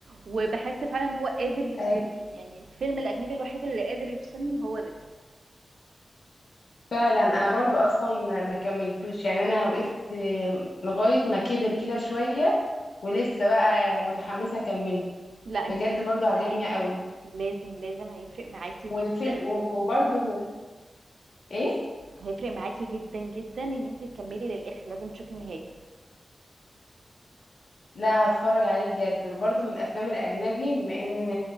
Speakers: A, on the right; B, on the left.
A: وبحس فعلا إن هو قادر يفصلني
B: اي
A: يعني الفيلم الأجنبي الوحيد اللي قادر يفصلني هو ده
B: فعلا انا برضو اصلا ما كملتوش يعني انا وقفت لغايه ما كبر كده شويه ولسه بقى متحمسه اكمله
A: لا أنت
B: بجد
A: لازم
B: برضو
A: تكمليه
B: عجبني قوي
A: لازم لازم هيفرق معاكي جدا
B: وفي وبرضو من ايه
A: هيفرق معاكي جدا جدا ان انت تكملي للاخر لازم تشوفي النهاية
B: لا هتفرج عليه بجد وبرضو من الافلام الاجنبي بما ان